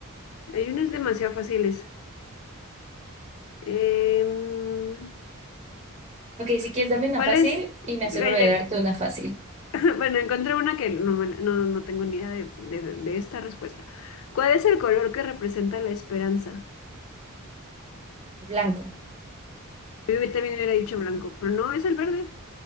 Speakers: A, on the left; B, on the right.
A: hay unas demasiado fáciles. Em,
B: Ok, si quieres, dame una
A: ¿cuál
B: fácil
A: es?
B: y
A: Ve,
B: me aseguro de darte una fácil.
A: ya- <laughs> Bueno, encontré una que no, me la- no, no tengo ni idea de, de- de esta respuesta. ¿Cuál es el color que representa la esperanza?
B: Blanco.
A: Yo también hubiera dicho blanco, pero no, es el verde.